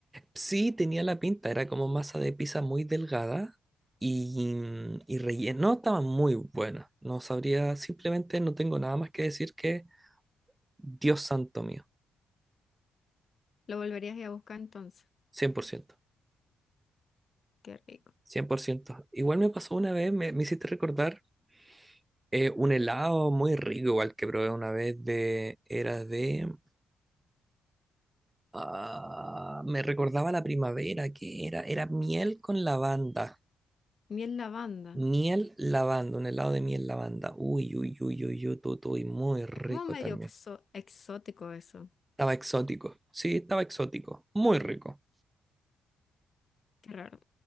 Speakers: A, on the right; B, on the left.
A: Sí, tenía la pinta, era como masa de pizza muy delgada y, mm, y relleno. No, estaban muy buenas. No sabría, simplemente no tengo nada más que decir que Dios santo mío,
B: Lo volverías a ir a buscar entonces.
A: cien cien por ciento,
B: Qué rico.
A: cien por ciento. Igual me pasó una vez, me, me hiciste recordar eh, un helado muy rico, igual que probé una vez de... Era de... ah, me recordaba la primavera, que era, era miel con lavanda.
B: Miel lavanda.
A: Miel lavanda, un helado de miel lavanda. Uy, uy, uy, uy, uy, tu, tu, muy rico
B: Es como medio
A: también.
B: exo- exótico eso,
A: Estaba exótico. Sí, estaba exótico. Muy rico.
B: qué raro.